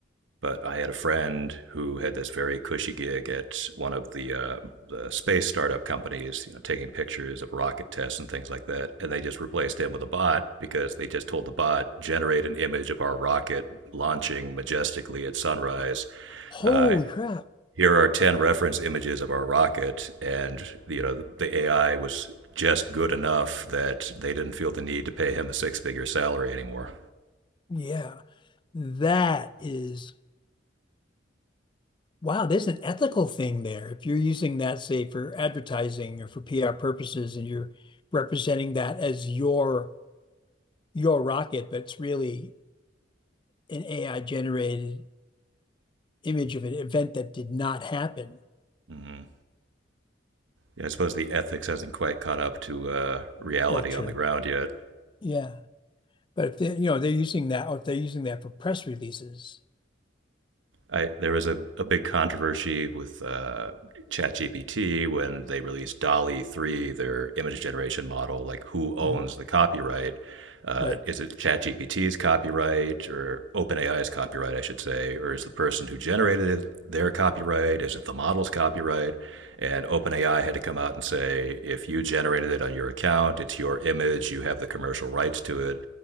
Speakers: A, on the right; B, on the left.
A: but I had a friend who had this very cushy gig at one of the, uh, the space startup companies, you know, taking pictures of rocket tests and things like that. And they just replaced him with a bot because they just told the bot generate an image of our rocket launching majestically at sunrise.
B: Holy
A: Uh,
B: crap.
A: here are 10 reference images of our rocket and you know the ai was just good enough that they didn't feel the need to pay him a six figure salary anymore
B: Yeah. That is wow, there's an ethical thing there. If you're using that, say, for advertising or for PR purposes and you're representing that as your your rocket, but it's really an AI generated image of an event that did not happen.
A: mm-hmm. Yeah, I suppose the ethics hasn't quite caught up to uh, reality
B: Well, true.
A: on the ground yet.
B: Yeah. But if they, you know, they're using that, or if they're using that for press releases,
A: I, there was a, a big controversy with uh, ChatGPT when they released DALI 3, their image generation model. Like, who owns
B: Mhm.
A: the copyright? Uh,
B: right?
A: is it ChatGPT's copyright or OpenAI's copyright, I should say? Or is the person who generated it their copyright? Is it the model's copyright? And OpenAI had to come out and say, if you generated it on your account, it's your image, you have the commercial rights to it.